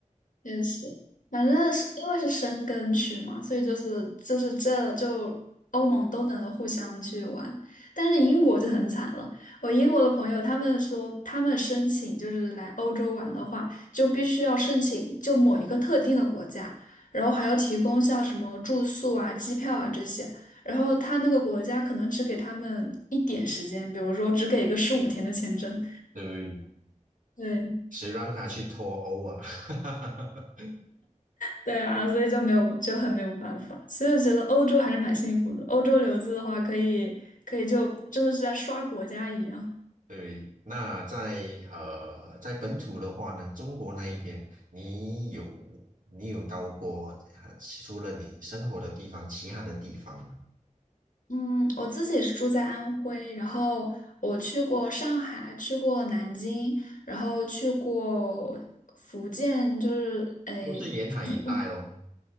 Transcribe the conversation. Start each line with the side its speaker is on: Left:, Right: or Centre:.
Left: 确实，反正是因为是申根区嘛，所以就是就是这就欧盟都能互相去玩，但是英国就很惨了。我英国的朋友他们说，他们申请就是来欧洲玩的话，就必须要申请就某一个特定的国家，然后还要提供像什么住宿啊、机票啊这些，然后他那个国家可能只给他们一点时间，比如说只给一个十五天的签证。
Right: 对不对？
Left: 对，
Right: 谁让他去脱欧啊？<laughs>
Left: 对啊，所以就没有就很没有办法，所以我觉得欧洲还是蛮幸福的。欧洲留子的话，可以可以就真的是在刷国家一样。
Right: 对，那在呃，在本土的话呢，中国那一边，你有你有到过呃除了你生活的地方，其他的地方吗？
Left: 嗯，我自己也是住在安徽，然后我去过上海，去过南京，然后去过福建，就是诶，
Right: 都是沿海一带咯。
Left: 福建